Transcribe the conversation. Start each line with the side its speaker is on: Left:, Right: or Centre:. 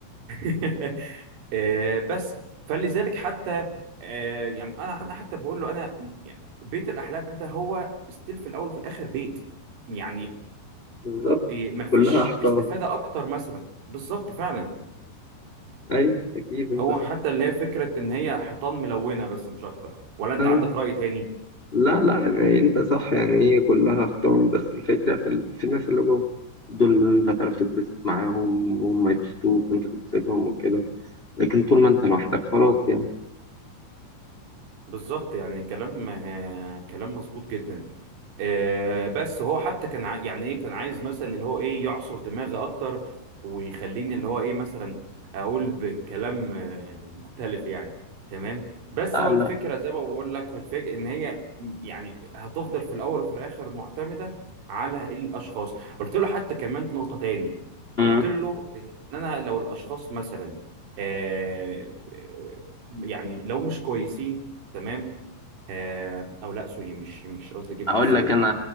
Right: <laughs> آه، بس فلذلك حتى آه، يعني انا أنا حتى بقول له انا يعني بيت الاحلام ده هو ستيل في الاول وفي الاخر بيت يعني
Left: بالظبط
Right: مفيش
Left: كلها احطاط
Right: استفادة أكتر مثلا بالظبط فعلا
Left: ايوه اكيد انت
Right: هو
Left: صح
Right: حتى اللي هي فكرة إن هي حيطان ملونة بس مش أكتر ولا أنت
Left: ايوه
Right: عندك رأي تاني؟
Left: لا لا يعني انت صح يعني هي كلها اختار بس الفكرة في, ال... في الناس اللي جوه دول اللي انت هتعرف تتبسط معاهم وهم يبسطوك وانت تبسطهم وكده لكن طول ما انت لوحدك خلاص يعني
Right: بالظبط يعني كلام آه، كلام مظبوط جدا آه، بس هو حتى كان عا- يعني ايه كان عايز مثلا اللي هو ايه يعصر دماغي اكتر ويخليني اللي هو ايه مثلا اقول بكلام آه، مختلف يعني تمام بس
Left: لا
Right: هو
Left: لا
Right: الفكره زي ما بقول لك الفكره ان هي يعني هتفضل في الاول وفي الاخر معتمده على الاشخاص قلت له حتى كمان نقطه تاني
Left: مم.
Right: قلت له ان انا لو الاشخاص مثلا آه، يعني لو مش كويسين تمام آه او لا سوري مش مش قصدي اجيبها
Left: اقول
Right: ازاي
Left: لك انا